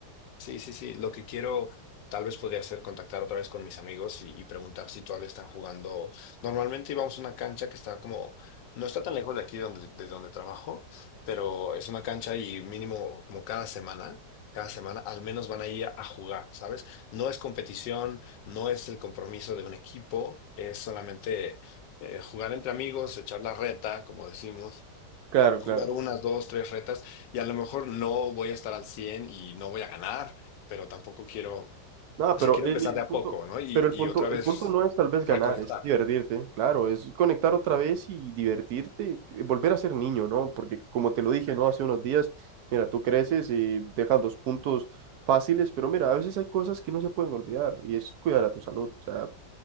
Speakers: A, on the left; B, on the right.
A: Sí, sí, sí. Lo que quiero tal vez podría ser contactar otra vez con mis amigos y, y preguntar si todavía están jugando. Normalmente íbamos a una cancha que está como, no está tan lejos de aquí donde, de donde trabajo, pero es una cancha y mínimo como cada semana, cada semana al menos van ahí a, a jugar, ¿sabes? No es competición, no es el compromiso de un equipo, es solamente eh, jugar entre amigos, echar la reta, como decimos
B: Claro,
A: jugar
B: claro.
A: unas, dos, tres retas y a lo mejor no voy a estar al 100 y no voy a ganar, pero tampoco quiero, o
B: Nada, pero
A: sea, quiero
B: el,
A: empezar
B: el
A: de a
B: punto,
A: poco, ¿no? Y,
B: pero el
A: y
B: punto,
A: otra vez
B: el punto no es tal vez ganar,
A: reconectar.
B: es divertirte, claro, es conectar otra vez y divertirte, eh, volver a ser niño, ¿no? Porque como te lo dije, ¿no? Hace unos días, mira, tú creces y dejas los puntos fáciles, pero mira, a veces hay cosas que no se pueden olvidar y es cuidar a tu salud, o sea,